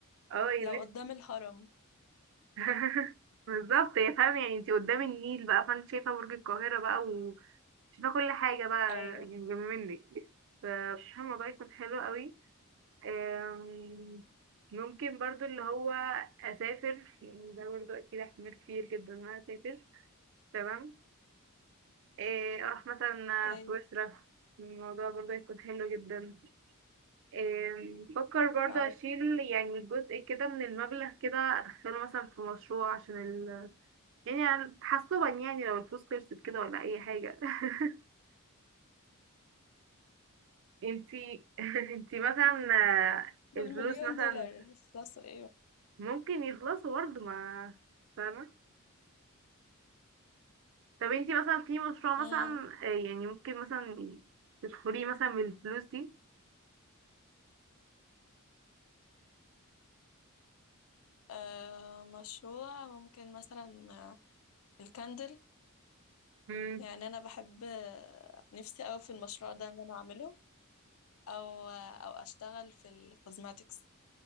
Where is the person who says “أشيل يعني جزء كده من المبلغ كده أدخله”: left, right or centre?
Right